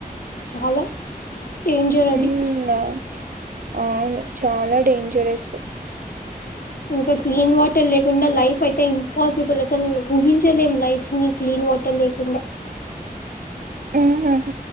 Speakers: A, on the left (about 70°); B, on the right (about 60°).
A: చాలా డేంజర్ అది
B: ఊ ఆ అవును చాలా డేంజరస్.
A: ఇంకా క్లీన్ వాటర్ లేకుండా లైఫ్ అయితే ఇంపాసిబుల్ అసలు ఊహించలేం లైఫ్ ని. క్లీన్ వాటర్ లేకుండా
B: ఊ ఉహ్